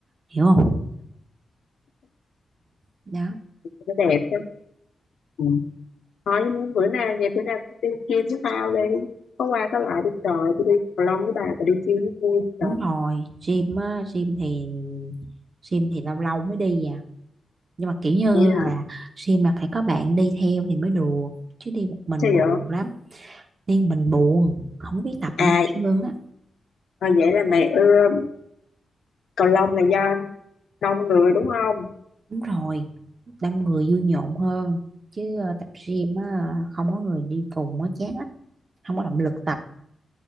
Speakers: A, on the right; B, on the left.
A: hiểu không đó
B: nó đẹp chứ ừ. thôi muốn bữa nay về bữa nay tôi đi gym với tao đi có qua có lại đi trời tôi đi cầu lông với bà và đi gym với tôi trời
A: đúng rồi gym á gym thì gym thì lâu lâu mới đi à nhưng mà kiểu như
B: vậy hả
A: là gym là phải có bạn đi theo thì mới được chứ đi một mình
B: sao
A: buồn
B: vậy
A: lắm đi một mình buồn không biết tập gì
B: à
A: hết trơn á
B: ờ, vậy là mày ưa cầu lông là do đông người đúng không
A: đúng rồi đông người vui nhộn hơn chứ ờ, tập gym á không có người đi cùng á chán lắm không có động lực tập